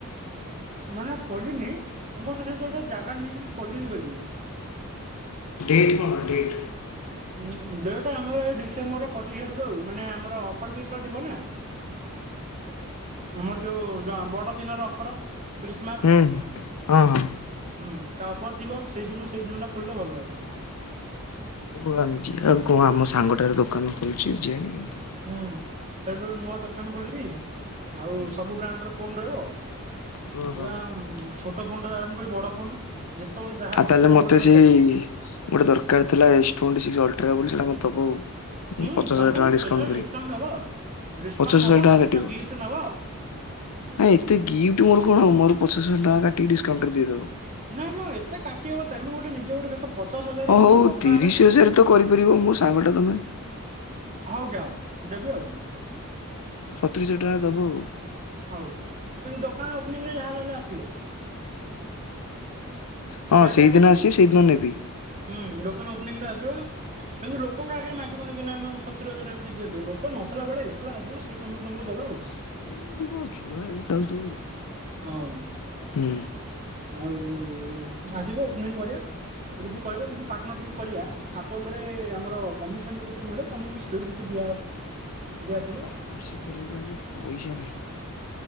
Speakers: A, on the right; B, on the left.
A: ମାନେ ଖୋଲିନି ମୁଁ ଭାବୁଚି ସେଠେ ଗୋଟେ ଜାଗା ନେଇକି ଖୋଲିବି ବୋଲି।
B: ଡେଟ୍ କଣ ଡେଟ୍?
A: ଉଁ- ଡେଟ୍ ଆମର ଏଇ ଡିସେମ୍ବର ପଚିଶ୍ ଆଡକୁ ଆଉ ମାନେ ଆମର ଅଫର୍ ବି ସେତବେଳେ ଥିବ ନା। <unintelligible> ଆମର ଯଉ ବଡ ଦିନର ଅଫର ଖ୍ରୀଷ୍ଟମାସ୍
B: ହୁଁ ହୁଁ ହଁ ହଁ।
A: ହୁଁ ତା ଉପରେ ଥିବ ସେଇ ଦିନୁ ସେଇ ଦିନ ଟା ଖୋଲିଲେ ଭଲ ହବ।
B: ହଁ ଆମେ ଯିବା ଆଉ କଣ ଆମ ସାଙ୍ଗଟାର ଦୋକାନ ଖୋଲିଚି ଯିବାନି କେମିତି।
A: ହୁଁ ସେଠୁ ନୂଆ ଦୋକାନ ଖୋଲିବି ଆଉ
B: ହୁଁ
A: ସବୁ ବ୍ରାଣ୍ଡ୍ ର ଫୋନ୍ ରହିବ।
B: ହଁ
A: ପୁରା
B: ହଁ।
A: ଛୋଟ ଫୋନ୍ ଟାରୁ ଆରମ୍ଭ କରି ବଡ ଫୋନ ଯେତେବେଳେ ଯାହା
B: ଆଉ ତାହେଲେ
A: ଖୋଜିବ ସବୁବେଳେ
B: ମତେ
A: ପାଇଁ
B: ସେଇ
A: ପାଇବ।
B: ଗୋଟେ ଦରକାର୍ ଥିଲା ଏସ୍ ଟ୍ୱେଣ୍ଟି ସିକ୍ସ୍ ଅଲଟ୍ରା ବୋଲି ସେଇଟା ମତେ ଦବୁ।
A: ହୁଁ
B: ପଚାଶ
A: ତମ
B: ହଜାର
A: ପାଇଁ
B: ଟଙ୍କା ଡିସକାଉଣ୍ଟ
A: ସ୍ପେଶିଆଲ୍
B: କରି
A: ଡିସକାଉଣ୍ଟ୍ ହବ ଡିକାଉଣ୍ଟ୍
B: ପଚାଶ ହଜାର
A: ହବ
B: ଟଙ୍କା
A: ଦଶଟା
B: କାଟିବ।
A: ଗିଫ୍ଟ୍ ନବ।
B: ନାଇଁ ଏତେ ଗିଫ୍ଟ୍ ମୋର କଣ ହବ ମୋର ପଚାଷ ହଜାର ଟଙ୍କା କାଟିକି ଡିସକାଉଣ୍ଟ୍ କରିଦେଇଦେବ।
A: ନାଇଁ ମ ଏତେ କାଟି ହବ ତେମେ ଗୋଟେ ନିଜେ ଗୋଟେ ଦେଖ ପଚାଶ ହଜାର
B: ହଁ
A: <unintelligible>
B: ହଉ
A: ଟଙ୍କା
B: ତିରିଶ
A: ହେଲାଣି
B: ହଜାର ତ କରିପାରିବ ମୋ ସାଙ୍ଗଟା
A: <unintelligible>
B: ତମେ।
A: ହଉ ଆଜ୍ଞା ଦେବି ଆଉ କଣ।
B: ସତେଇଶ୍ <unintelligible> ଟଙ୍କା ଦେବ ଆଉ।
A: ହଉ କିନ୍ତୁ ଦୋକାନ ଓପନିଂ ହେଲେ ଯାହା ହେଲେ ବି ଆସିବ।
B: ହଁ
A: ଖିଆ
B: ସେଇଦିନ
A: ପିଆ କରୁଚି
B: ଆସିବେ ସେଇଦିନ ନେବି।
A: ହୁଁ- ଦୋକାନ ଓପନିଙ୍ଗ୍ ହେଲେ ଆସିବ। କିନ୍ତୁ ଲୋକଙ୍କ ଆଗେରେ ମାଗିବନି କି ନାଇଁ ସତୁରି ହଜାରେ <unintelligible> ଲୋକ ନଥିଲା ବେଳେ ହେଲା ଆସିବ ସେଇ ସମୟ ତମକୁ ଦବା ଆଉ
B: ଓ ସିଏ ମୁଁ କଣ ଛୁଆ ଦେଖାଯାଉଛି ତମକୁ
A: ହଁ।
B: ହୁଁ।
A: ଆଉ ଆସିବ ଓପନିଙ୍ଗ୍ କରିବା ଯଦି କହିବ ଯଦି ପାର୍ଟନରସିପ୍ କରିବା ଆପୋଲ୍ ରେ ଆମର କମିଶନ୍ ବି କେତେ ମିଳେ ତମକୁ କିଛିରୁ କିଛି ଦିଆହବ ଯଦି ଆସିଲ।
B: <unintelligible>